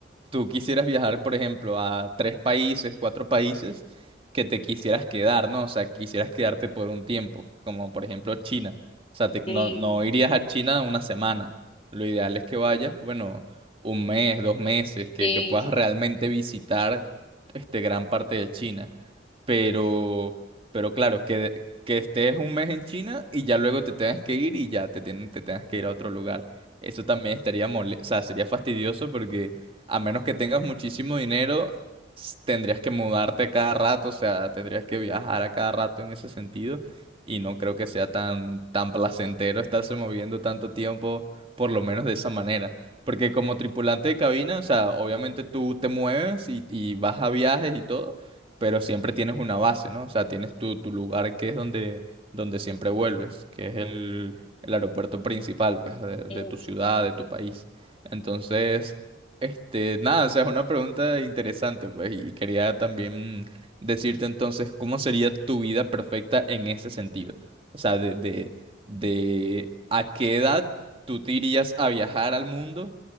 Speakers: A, on the right; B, on the left.
A: tú quisieras viajar, por ejemplo, a tres países, cuatro países, que te quisieras quedar, ¿no? O sea, quisieras quedarte por un tiempo, como por ejemplo China. O sea, te-
B: Sí,
A: no, no irías a China una semana. Lo ideal es que vayas, bueno, un mes, dos meses, que,
B: sí,
A: que puedas realmente visitar este gran parte de China. Pero pero claro, que, que estés un mes en China y ya luego te tengas que ir y ya te, tienen- te tengas que ir a otro lugar. Eso también estaría mole, o sea, sería fastidioso porque a menos que tengas muchísimo dinero, s- tendrías que mudarte a cada rato, o sea, tendrías que viajar a cada rato en ese sentido. Y no creo que sea tan, tan placentero estarse moviendo tanto tiempo, por lo menos de esa manera. Porque como tripulante de cabina, o sea, obviamente tú te mueves y, y vas a viajes y todo pero siempre tienes una base, ¿no? O sea, tienes tu, tu lugar que es donde, donde siempre vuelves, que es el, el aeropuerto principal, pues, de, de
B: sí.
A: tu ciudad, de tu país. Entonces, este, nada, o sea, es una pregunta interesante, pues, y y quería también decirte entonces, ¿cómo sería tu vida perfecta en ese sentido? O sea, de, de, de a qué edad tú te irías a viajar al mundo